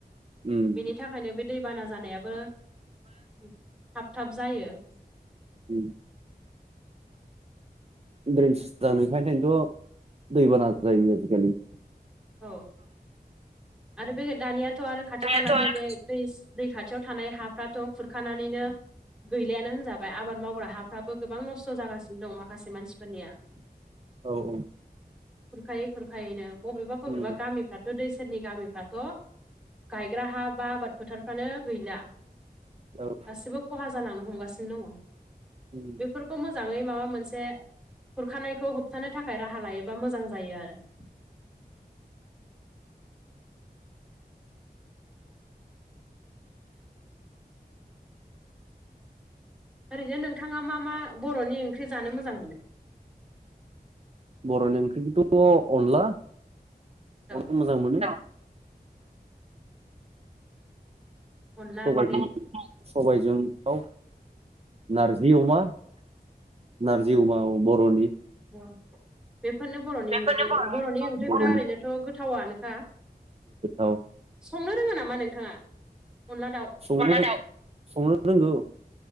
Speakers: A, on the right; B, in the centre.
A: उम
B: बेनि थाखायनो बे दैबाना जानायाबो थाब थाब जायो।
A: उम ड्रेन सिटां खायखायनोथ' दैबाना जायो आजिखालि।
B: औ आरो बे दानियाथ' आरो
A: दानियाथ'
B: खाथि खालानि
A: आरो
B: बे दै। दै खाथियाव थानाय हाफ्राथ' खुरखानानैनो गैलायानो होनजाबाय आबाद मावग्रा हाफ्राबो गोबां नस्थ' जागासिनो दं माखासे मानसिफोरनिया। <inaudible>
A: औ औ।
B: खुरखायै खुरखायैनो बबेबा
A: उम
B: बबेबा गामिफ्रा दै सेरनि गामिफ्राथ' गायग्रा हा बा आबाद फोथारफ्रानो गैला
A: औ
B: गासिबो खहा जालांनो हमगासिनो दङ।
A: उम।
B: बेफोरखौ मोजाङै माबा मोनसे खुरखानायखौ होबथानो थाखाय राहा लायोबा मोजां जायो आरो। ओरैनो नोंथाङा मा मा बर'नि ओंख्रि जानो मोजां मोनो?
A: बर'नि ओंख्रिखौथ' अनला अन
B: औ
A: मोजां मोनो।
B: अनला
A: स
B: ओंख्रि
A: सबायजों दाव नारजि अमा नारजि अमा बर'नि
B: अ बेफोरनो बर'नि
A: बेफोरनो
B: ओंख्रि बर'नि
A: ओंख्रि
B: ओंख्रिफ्रा
A: बर'नि
B: ओरैनोथ' गोथावानोखा।
A: गोथाव।
B: संनो रोङा नामा नोंथाङा? अनला दाउ
A: संनो संनो रोंगौ।